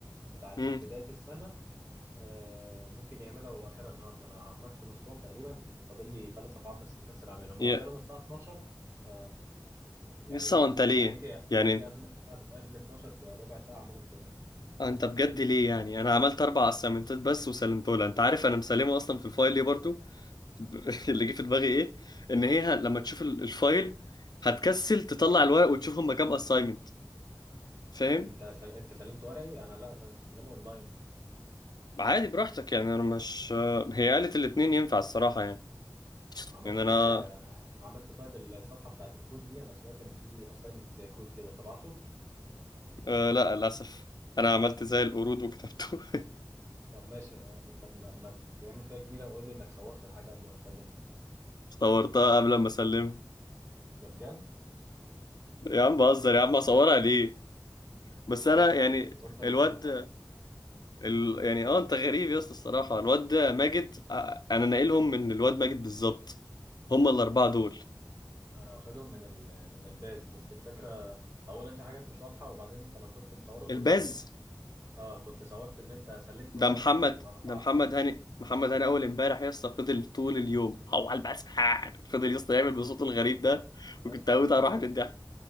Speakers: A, on the right; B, on the left.
A: بتاعت
B: امم
A: من بداية السنة آه، ممكن يعملها واخرها النهارده انا عملت نصهم تقريبا وفاضل لي ثلاث صفحات بس مكسل اعملهم
B: يا
A: هو اخرهم الساعه 12 ف يعني
B: يسا
A: ايه
B: وانت ليه
A: هيجي
B: يعني
A: هيجي قبل قبل قبل 12 بربع ساعه اعملهم كلهم
B: انت بجد ليه يعني انا عملت اربع اسايمنتات بس وسلمته لها انت عارف انا مسلمه اصلا في الفايل ليه برضو <laughs> اللي جه في دماغي ايه ان هي لما تشوف ال- الفايل هتكسل تطلع الورق وتشوف هما كام اساينمنت فاهم
A: انت سل... انت سلمت ورقي انا لا سل- سلمه اونلاين
B: عادي براحتك يعني انا مش هي قالت الاتنين ينفع الصراحة يعني
A: عملت
B: يعني انا
A: آه، عملت طيب الصفحه بتاعت الكود دي انا سمعت ان في اساينمنت زي كود كده طبعته
B: آه لا للاسف انا عملت زي القرود وكتبته <laughs>
A: طب ماشي آه، طب ما, ما تعمل فيها جميله وقول لي انك صورت الحاجه قبل ما تسلمها
B: صورتها قبل ما اسلم
A: ده بجد
B: يا عم بهزر يا عم اصورها ليه بس
A: مش عارف
B: انا يعني
A: قلت قلت للذكرى
B: الواد ال... يعني اه انت غريب يا اسطى الصراحة الواد ده ماجد آه، انا ناقلهم من الواد ماجد بالظبط هم الاربعة دول
A: انا واخدهم من ال... من الباز بس الفكره اولا في حاجات مش واضحه وبعدين انت لو كنت مصوره كنت
B: الباز
A: اه كنت صورت اللي انت سلمت
B: ده
A: ورقي
B: محمد
A: ورفعت
B: ده محمد
A: انا
B: هاني محمد هاني اول امبارح يا اسطى فضل طول اليوم هو على البسحان فضل يا اسطى يعمل بصوته الغريب ده
A: يا
B: وكنت
A: اسطى
B: هموت
A: عشان
B: اروح من الضحك